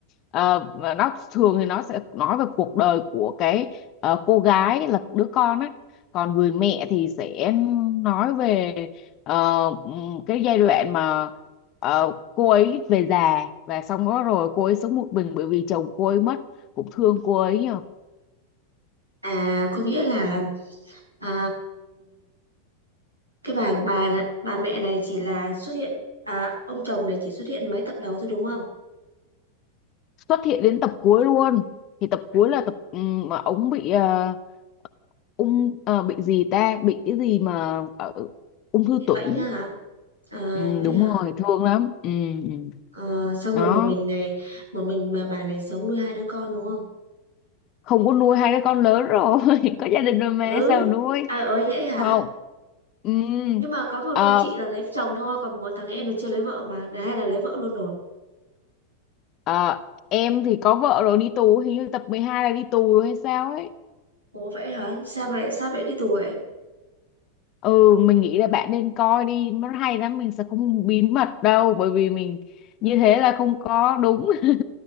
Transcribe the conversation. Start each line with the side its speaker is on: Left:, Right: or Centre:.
Left: ờ, và nó thường thì nó sẽ nói về cuộc đời của cái ờ, cô gái là đứa con á còn người mẹ thì sẽ nói về ờ, ừm, cái giai đoạn mà ờ, cô ấy về già và xong đó rồi cô ấy sống một mình bởi vì chồng cô ấy mất cũng thương cô ấy nhờ.
Right: à có nghĩa là à, cái bà bà bà mẹ này chỉ là xuất hiện à, ông chồng này chỉ xuất hiện mấy tập đầu thôi đúng không?
Left: xuất hiện đến tập cuối luôn thì tập cuối là tập ừm, mà ông bị ờ, ung ờ, bị gì ta bị cái gì mà ở ung thư
Right: Bị
Left: tủy
Right: bệnh á hả? À,
Left: ừ,
Right: vậy
Left: đúng
Right: hả?
Left: rồi thương lắm ừ, ừ.
Right: À, xong
Left: đó
Right: rồi một mình này, một mình mà bà này sống nuôi hai đứa con đúng không?
Left: không có nuôi hai đứa con lớn rồi <laughs> có gia đình rồi mà
Right: Ừ.
Left: sao nuôi
Right: À ơi vậy hả?
Left: không ừ.
Right: Nhưng mà có một
Left: ờ,
Right: con chị là lấy chồng thôi, còn một thằng em mà chưa lấy vợ mà, đấy hay là lấy vợ luôn rồi.
Left: ờ, em thì có vợ rồi đi tù hình như tập 12 là đi tù rồi hay sao ấy
Right: Ủa vậy hả? Sao vậy? Sao vậy đi tù vậy?
Left: ừ mình nghĩ là bạn nên coi đi nó hay lắm mình sẽ không bí mật đâu bởi vì mình như thế là không có đúng <laughs>